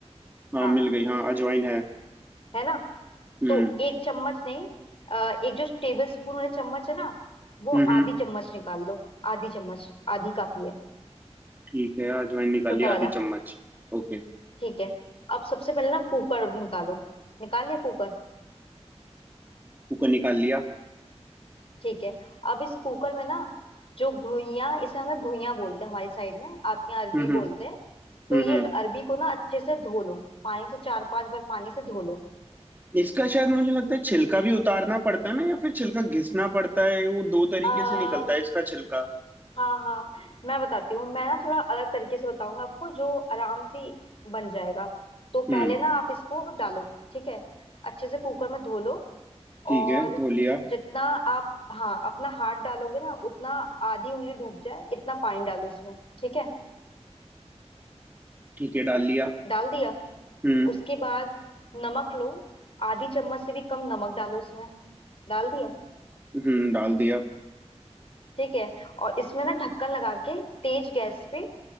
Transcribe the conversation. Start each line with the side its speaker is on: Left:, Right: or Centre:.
Right: हाँ
Left: हाँ
Right: मिल गई हाँ अजवाइन है
Left: है ना
Right: हम्म
Left: तो एक चम्मच नहीं अ, एक जो टेबल स्पून वाले चम्मच है ना वो
Right: हम्म हम्म,
Left: आधी चम्मच निकाल लो आधी चम्मच आधी काफी है
Right: ठीक है अजवाइन निकाली
Left: छोटा वाला
Right: आधी चम्मच ओके
Left: ठीक है अब सबसे पहले ना कुकर निकालो निकाल लिया कुकर
Right: कुकर निकाल लिया
Left: ठीक है अब इस कुकर में ना जो घुइयां इसे हमें घुइयां बोलते हैं हमारी साइड में आप यहाँ अरबी
Right: हम्म हम्म
Left: बोलते हैं तो
Right: हम्म
Left: ये
Right: हम्म।
Left: अरबी को ना अच्छे से धो लो पानी से चार पांच बार पानी से धो लो
Right: इसका शायद मुझे लगता है छिलका भी उतारना पड़ता है ना या फिर छिलका घिसना पड़ता है वो दो तरीके
Left: आ,
Right: से निकलता है इसका छिलका
Left: हाँ हाँ मैं बताती हूँ मैं ना थोड़ा अलग तरीके से बताऊंगा आपको जो आराम से बन जाएगा तो
Right: हम्म
Left: पहले ना आप इसको डालो ठीक है अच्छे से कुकर में धो लो
Right: ठीक
Left: और
Right: है धो लिया
Left: जितना आप हाँ अपना हाथ डालोगे ना उतना आधी उंगली डूब जाए इतना पानी डालो इसमें ठीक है
Right: ठीक है डाल लिया
Left: डाल दिया
Right: हम्म
Left: उसके बाद नमक लो आधी चम्मच से भी कम नमक डालो उसमें डाल दिया
Right: हम्म डाल दिया
Left: ठीक है और इसमें ना ढक्कन लगा के तेज गैस पे